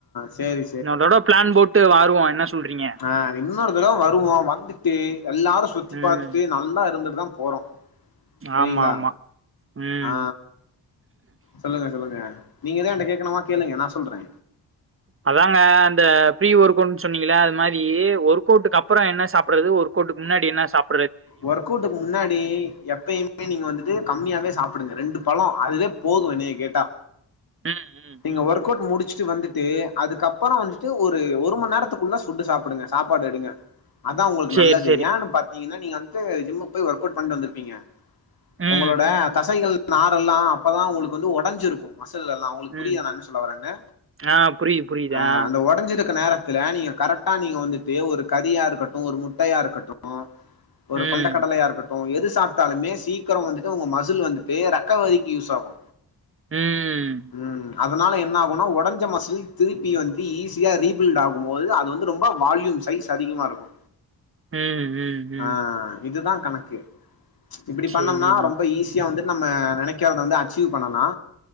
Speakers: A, on the left; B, on the right.
A: சேரி
B: அதோட பிளான் போட்டு வாருவோ என்ன சொல்றீங்க
A: அ இன்னொரு தடவ வருவோ வந்துட்டு எல்லாரு சுத்தி
B: ம்
A: பாத்துட்டு நல்லா இருந்துட்டு தா போறோ செரிங்ளா
B: ஆமா ஆமா ம்
A: ஆ சொல்லுங்க சொல்லுங்க நீங்க எது என்ட்ட கேக்கணுமா கேளுங்க நா சொல்றே
B: அதாங்க அந்த ஃப்ரீ ஒர்க்குன் சொன்னீங்கல அது மாரி ஒர்க்கவுட்டுக்கு அப்பற என்ன சாப்புட்றது ஒர்க் கவுட்டுக்கு முன்னாடி என்ன சாப்
A: ஒர்க்கவுட்டுக்கு முன்னாடி எப்பையுமே நீங்க வந்துட்டு கம்மியாவே சாப்டுங்க ரெண்டு பழ அதுவே போது என்னைய கேட்டா
B: ம் ம்
A: நீங்க
B: ம்
A: ஒர்க்கவுட் முடிச்சு சச்சு வந்துட்டு அதுக்கப்பற வந்துட்டு
B: ம்
A: ஒரு ஒரு மண் நேரத்துக்குள்ள ஃபுட்டு சாப்டுங்க சாப்பாடு எடுங்க அதா உங்களுக்கு
B: சேரி
A: நல்லது
B: சேரி
A: ஏன்னு பாத்தீங்கனா நீங்க வந்துட்டு ஜிம்முக்கு போய் ஒர்க்கவுட் பண்ட்டு வந்திருப்பீங்க ஒங்களோட
B: ம்
A: தசைகள் நாரெல்லா அப்பதா உங்களுக்கு வந்து ஒடஞ்சிருக்கு மசுல் எல்லா உங்களுக்கு புரியுதா
B: ம்
A: நா என்ன சொல்ல வரன்னு
B: ஆ புரியுது புரியுது
A: அ
B: ஆ
A: அந்த ஒடஞ்சிருக்க நேரத் துல நீங்க கரெக்டா நீங்க வந்துட்டு ஒரு கறியா இருக்கட்டு ஒரு முட்டையா இருக்கட்டு ஒரு
B: ம்
A: கொண்ட கடலையா இருக்கட் டு எது சாப்டாலுமே சீக்கர வந்துட்டு உங்க மசுல் வந்துட்டு ரெக்கவரிக்கு யூஸ் ஆகு
B: ம்
A: ம் அதனால என்ன ஆகுனா ஒடஞ்ச மசுல் திருப்பி வந்து ஈஸியா ரீபில்ட் ஆகும் போது அது வந்து ரொம்ப வால்யூம் சைஸ் அதிகமா இருக்கு
B: ம் ம் ம்
A: ஆ இதுதா கணக்கு இப்டி
B: சேரி
A: பண்ணம்னா ரொம்ப ஈஸி யா வந்துட்டு நம்ம நெனைக்காதத வந்து அச்சீவ் பண்ணலா